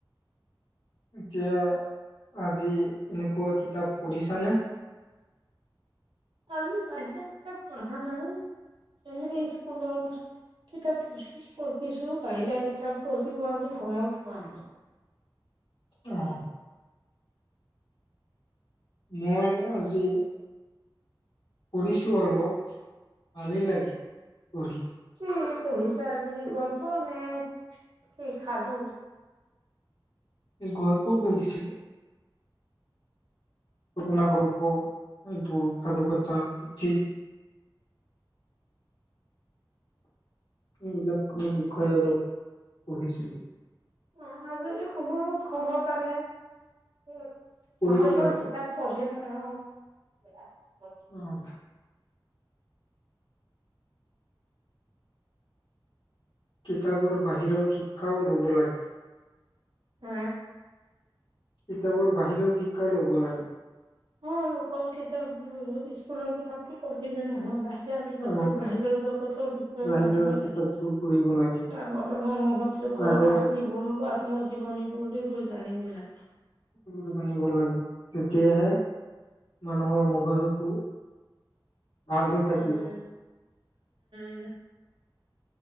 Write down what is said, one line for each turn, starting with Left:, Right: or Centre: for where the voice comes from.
Left: এতিয়া আজি এনেকোৱা কিতাপ পঢ়িছানে?
Right: আমি বাহিৰা কিতাপ পঢ়া নাই আমি স্কুলৰ কিতাপ পঢ়িছো বাহিৰা কিতাপ পঢ়িব আজি সময় পোৱা নাই।
Left: অহ মইয়ে আজি পঢ়িছো অলপ ভালেই লাগে পঢ়ি।
Right: কি পঢ়িছা আজি? গল্প নে কি সাধু?
Left: এই গল্প পঢ়িছিলো। ঘটনা-গল্প, এইবোৰ সাধুকথা, পুথি এইবিলাকৰ বিষয়ে অলপ পঢ়িছিলো।
Right: অ আজৰি সময়ত সময় পালে মোৰ
Left: পঢ়িব
Right: ভাল-ভাল
Left: লাগে
Right: কিতাপ পঢ়িবা সেইয়াই
Left: অহ কিতাপৰ বাহিৰৰ শিক্ষাও ল'ব লাগে
Right: আ
Left: কিতাপৰ বাহিৰৰ শিক্ষাও ল'ব লাগে।
Right: অ অকল কিতাপ স্কুলৰ কিতাপতো পঢ়িলে নহয় বা এতিয়া কিতাপবোৰ
Left: অ
Right: বাহিৰৰ জগতৰ বিষয়ে
Left: বাহিৰৰ
Right: জানিব লাগে
Left: কিতাপবোৰ পঢ়িব লাগে
Right: ডাঙৰ ডাঙৰ মহৎ লোকৰ
Left: আগৰ
Right: কাহানিবোৰো আত্মজীৱনীবোৰ এইবোৰ জানিব লাগে
Left: তোৰোটোও জানিব লাগব, তেতিয়াহে, মানুহৰ মগজুটো ভাল হৈ থাকিব
Right: উম <unintelligible>